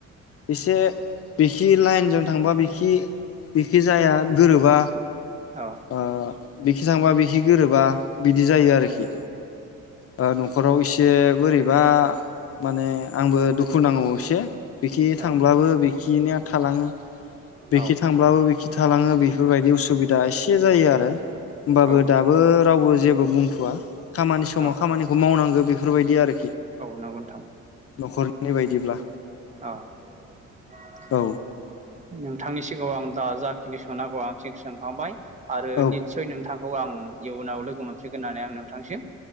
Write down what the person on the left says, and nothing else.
इसे बिखि लाइनजों थांबा बिखि बेखि जाया गोरोबा
ओ बि बिखि थांबा बिखि गोरोबा बिदि जायो आरोखि ओ न'खराव इसे से बोरैबा माने आंबो दुखु नांङो एसे बिखि थांब्लाबो
बि खिनिया थालाङो
बेखि थांब्लाबो बेखि थालाङो बेफोरबायदि उसुबिदा एसे से जायो आरो होमबाबो
दाबो रावबो जेबो बुंथ'वा खामानि समाव
खामानिखौ मावनांगौ बेफोरबायदि आरो
न'खरनि बायदिब्ला
औ
औ